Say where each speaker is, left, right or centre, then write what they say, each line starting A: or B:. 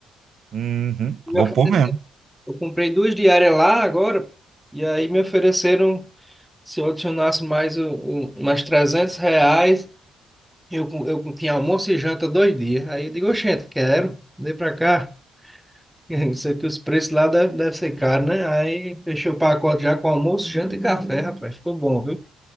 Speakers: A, on the right; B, in the centre.
A: Uhum,
B: Me
A: Vou
B: ofereceram-
A: pôr mesmo,
B: Eu comprei duas diárias lá agora, e aí me ofereceram, se eu adicionasse mais o, o, umas 300 reais, eu, com- eu com- tinha almoço e janta dois dias. Aí eu digo, oxente, quero, vem pra cá. <laughs> Isso aqui, os preços lá devem deve deve ser caro, né? Aí fechei o pacote já com almoço, janta e café, rapaz. Ficou bom, viu?